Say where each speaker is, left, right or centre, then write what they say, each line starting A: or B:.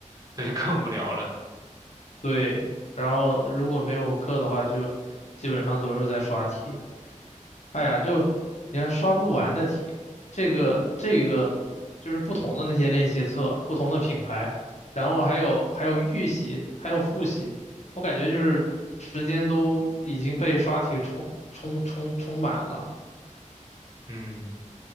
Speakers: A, on the right; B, on the left.
A: 这就更无聊了。
B: 对，然后如果没有课的话，就基本上都是在刷题。哎呀，就你看刷不完的题，这个这个就是不同的那些练习册，不同的品牌，然后还有还有预习，还有复习，我感觉就是时间都已经被刷题充充充充满了。
A: 嗯，